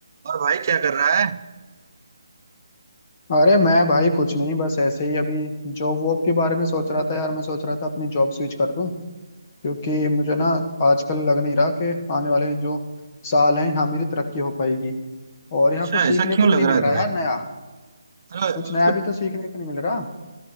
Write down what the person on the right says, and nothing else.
और भाई क्या कर रहा है
अच्छा
ऐसा क्यों
लग
रहा
है
तुम्हें
अरे
मतलब